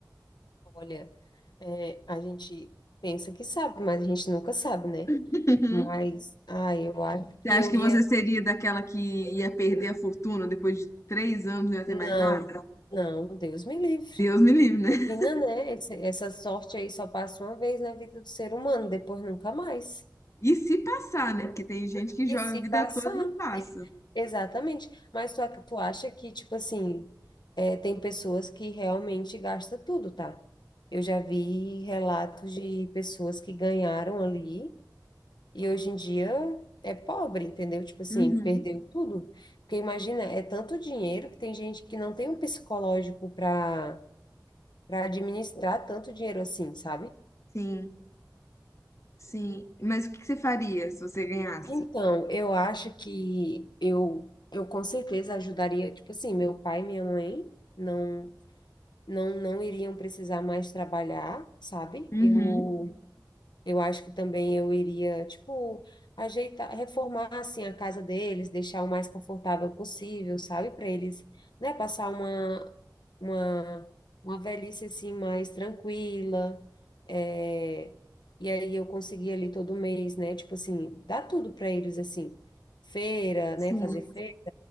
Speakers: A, on the left; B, on the left.
A: Olha, é, a gente pensa que sabe, mas a gente nunca sabe, né?
B: <laughs>
A: Mas, ah, eu acho que
B: Você acha
A: eu
B: que
A: ia.
B: você seria daquela que ia perder a fortuna depois de três anos e não ia ter
A: Não,
B: mais nada?
A: não, Deus me livre.
B: Deus me livre, né?
A: Imagina, né? Esse- essa sorte aí só passa uma vez na vida do ser humano, depois nunca mais.
B: E se passar, né? Porque tem gente que joga
A: E se
B: a vida
A: passar?
B: toda e não passa.
A: Exatamente. Mas tu, ac- tu acha que, tipo assim, é, tem pessoas que realmente gastam tudo, tá? Eu já vi relatos de pessoas que ganharam ali e hoje em dia é pobre, entendeu? Tipo assim,
B: Uhum.
A: perdeu tudo. Porque imagina, é tanto dinheiro que tem gente que não tem um psicológico para para administrar tanto dinheiro assim, sabe?
B: Sim, sim. Mas o que que você faria se você ganhasse?
A: Então, eu acho que eu, eu com certeza ajudaria, tipo assim, meu pai e minha mãe. Não, não, não iriam precisar mais trabalhar, sabe?
B: Uhum.
A: Eu eu acho que também eu iria, tipo, ajeitar, reformar assim a casa deles, deixar o mais confortável possível, sabe? Para eles, né, passar uma uma uma velhice assim mais tranquila. é, E aí eu conseguir ali todo mês, né? Tipo assim, dar tudo para eles assim, feira,
B: Sim.
A: né, fazer feira,